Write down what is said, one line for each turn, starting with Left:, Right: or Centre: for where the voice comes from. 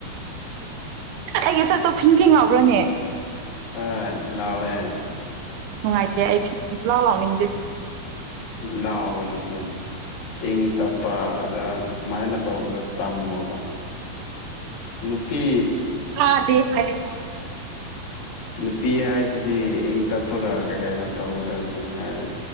Right: ꯑꯩ ꯉ ꯁꯠꯇꯣ ꯐꯤꯡ ꯐꯤꯡ ꯉꯥꯎꯈ꯭ꯔꯅꯦ
Left: ꯍꯣꯏ ꯂꯥꯎꯋꯦ
Right: ꯅꯨꯡꯉꯥꯏꯇꯦ ꯑꯩ ꯁꯂ ꯂꯥꯎꯗꯦ
Left: ꯂꯥꯎꯒꯅꯣꯗ ꯏꯪ ꯇꯞꯄ ꯑꯗ ꯁꯨꯃꯥꯏꯅ ꯇꯧꯕꯗꯣ ꯇꯝꯃꯣꯕ ꯅꯨꯄꯤ
Right: ꯍꯥꯥ ꯗꯦꯗꯦ
Left: ꯅꯨꯄꯤ ꯍꯥꯏꯁꯤꯗꯤ ꯏꯪ ꯇꯞꯄꯒ ꯀꯩ ꯀꯩꯅꯣ ꯇꯧꯒꯗꯕꯅꯤ ꯍꯥꯏꯅ